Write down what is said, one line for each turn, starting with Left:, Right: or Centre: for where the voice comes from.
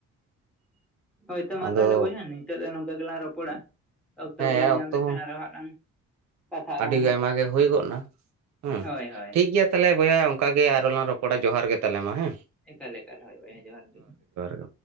Centre: ᱾ <inaudible> ᱦᱳᱭ ᱛᱳ ᱢᱟ
Right: ᱟᱫᱚ
Centre: ᱛᱟᱦᱞᱮ ᱵᱚᱭᱦᱟ ᱱᱤᱛᱚᱜ ᱫᱚ ᱱᱚᱝᱠᱟ ᱜᱮᱞᱟᱝ ᱨᱚᱯᱚᱲᱟ ᱾ ᱚᱠᱛᱚ
Right: ᱦᱮᱸ
Centre: ᱠᱚᱞᱟᱝ ᱧᱟᱢ
Right: ᱚᱠᱛᱚ
Centre: ᱞᱮᱠᱷᱟᱱ
Right: ᱦᱚᱸ
Centre: ᱟᱨᱚ ᱦᱟᱸᱜ ᱞᱟᱝ ᱠᱟᱛᱷᱟᱜ
Right: ᱟᱹᱰᱤ
Centre: ᱟᱞᱟᱝ ᱦᱟᱸᱜ
Right: ᱟᱭᱢᱟ ᱜᱮ ᱦᱩᱭ ᱜᱚᱫ ᱮᱱᱟ ᱦᱩᱸ
Centre: ᱦᱳᱭ ᱦᱳᱭ
Right: ᱴᱷᱤᱠ ᱜᱮᱭᱟ ᱾ ᱛᱟᱦᱚᱞᱮ ᱵᱚᱭᱦᱟ ᱚᱱᱠ ᱜᱮ ᱟᱨᱚᱞᱟᱝ ᱨᱚᱯᱚᱲᱟ ᱡᱚᱦᱟᱨ ᱜᱮ ᱛᱟᱞᱮ ᱢᱟ ᱦᱮᱸ ᱾
Centre: ᱮᱠᱟᱞ ᱮᱠᱟᱞ ᱦᱚᱭ ᱵᱚᱭᱦᱟ ᱡᱚᱦᱟᱨ ᱜᱮ ᱾
Right: ᱜᱮ